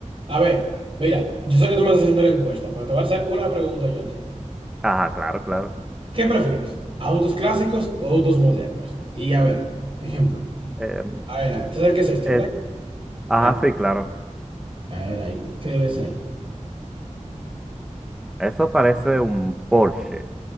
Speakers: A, on the right; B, in the centre.
A: A ver, mira, yo sé que tú me estás haciendo la encuesta, pero te voy a hacer una pregunta yo a ti.
B: Ajá, claro, claro.
A: ¿Qué prefieres? ¿Autos clásicos o autos modernos? Y a ver, ejemplo.
B: Eh,
A: A ver, a ver, ¿tú sabes qué es esto,
B: es-
A: verdad?
B: ajá,
A: A ver,
B: sí, claro.
A: a ver, ahí, ¿qué ves ahí?
B: Eso parece un Porsche.